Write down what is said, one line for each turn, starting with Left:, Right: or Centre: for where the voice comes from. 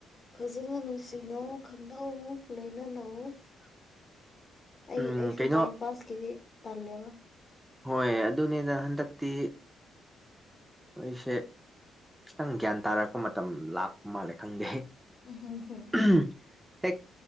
Left: ꯐꯖꯅ ꯅꯨꯡꯁꯤꯅꯧ ꯈꯪꯅꯧ ꯂ‌ꯣꯏꯅꯅꯧ ꯑꯣ ꯑꯩ
Centre: ꯎꯝ
Left: ꯑꯩꯁꯨ
Centre: ꯀꯩꯅꯣ
Left: ꯇꯥꯏꯝ ꯄꯥꯁꯀꯤꯗꯤ ꯇꯜꯂꯦꯕ
Centre: ꯍꯣꯏ ꯑꯗꯨꯅꯤꯗ ꯍꯟꯗꯛꯇꯤ ꯍ‌ꯣꯏꯁꯦ ꯈꯤꯇꯪ ꯒ꯭ꯌꯥꯟ ꯇꯥꯔꯛꯄ ꯃꯇꯝ ꯂꯥꯛꯄ ꯃꯥꯜꯂꯦ ꯈꯪꯗꯦ
Left: <unintelligible>
Centre: <inaudible> ꯍꯦꯛ